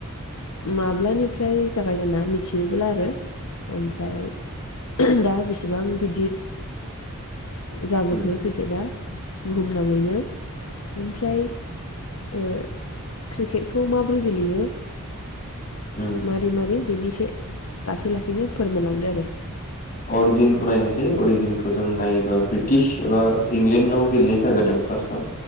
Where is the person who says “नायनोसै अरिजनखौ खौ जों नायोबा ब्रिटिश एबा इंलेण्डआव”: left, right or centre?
Left